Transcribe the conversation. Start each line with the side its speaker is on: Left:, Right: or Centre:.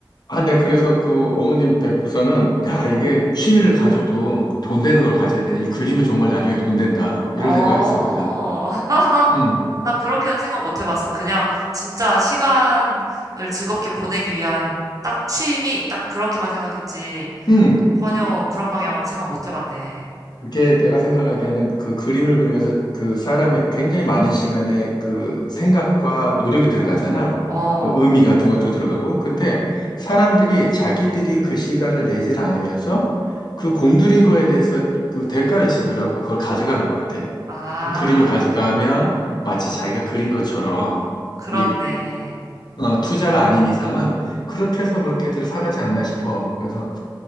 Left: 아, 네, 그래서 그 어머님 뵙고서는, 야,
Right: 어,
Left: 이게 취미를 가져도 돈
Right: 어,
Left: 되는 걸 가져야 돼. 이 그림은 정말 나중에 돈 된다. 이런
Right: 어.
Left: 생각을 했었거든.
Right: <laughs>
Left: 음,
Right: 나 그렇게는 생각 못 해봤어. 그냥 진짜 시간을 즐겁게 보내기 위한 딱 취미, 딱 그렇게만 생각했지.
Left: 음.
Right: 전혀
Left: 그
Right: 그런 방향으로 생각 못 해봤네.
Left: 그게 내가 생각하기에는 그 그림을 그리면서 그 사람의 굉장히 많은 시간에 그 생각과 노력이 들어가잖아.
Right: 어,
Left: 그 의미 같은 것도 들어가고. 근데 사람들이 자기들이 그 시간을 내질 않으면서 그 공들인 거에 대해서 그 대가를 지불하고 그걸 가져가는 것 같아.
Right: 아,
Left: 그 그림을 가져가면 마치 자기가 그린 것처럼
Right: 그렇네.
Left: 이게 어, 투자가 아닌 이상은 그렇게 해서 그렇게들 사가지 않나 싶어. 그래서